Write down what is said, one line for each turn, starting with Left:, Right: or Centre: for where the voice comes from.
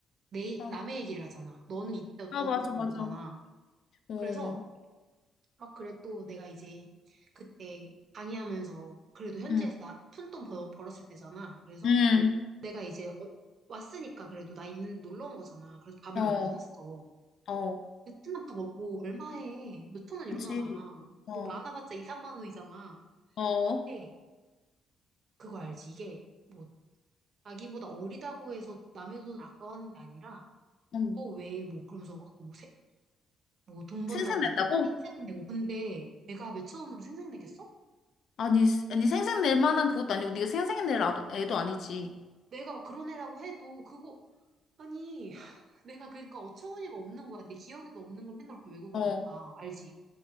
Right: 내
Left: 아,
Right: 남의 얘기를 하잖아. 너는 이때 어쩌고
Left: 아, 맞아,
Right: 저쩌고
Left: 맞아.
Right: 이러잖아.
Left: 어,
Right: 그래서 막 그래 또 내가 이제 그때 강의하면서 그래도 현지에서
Left: 응,
Right: 나 푼 돈 벌- 었을 때잖아. 그래서
Left: 응,
Right: 내가 이제 어- 왔으니까 그래도 나 있는 놀러 온 거잖아. 그래서 밥을
Left: 어,
Right: 몇 번 샀어.
Left: 어,
Right: 베트남 밥뭐 얼마 해? 몇천 원
Left: 그치.
Right: 이러잖아. 뭐
Left: 어,
Right: 많아봤자 2, 3만 원이잖아.
Left: 어,
Right: 근데 그거 알지? 이게 뭐 자기보다 어리다고 해서 남의 돈 아까워하는 게 아니라
Left: 응.
Right: 또 왜 뭐 그러면서 막 뭐 세- 뭐 돈 번다고
Left: 생색낸다고
Right: 뭐 생색 내고 근데 내가 몇천 원으로 생색 내겠어?
Left: 아니, 아니, 생색낼 만한 그것도 아니고, 네가 생색낼 아도- 애도 아니지.
Right: 내가 막 그런 애라고 해도 그거 아니 <laughs> 내가 그러니까 어처구니가 없는 거야 내 기억에도 없는 걸 맨날 그렇게 왜곡을
Left: 어,
Right: 하니까 알지?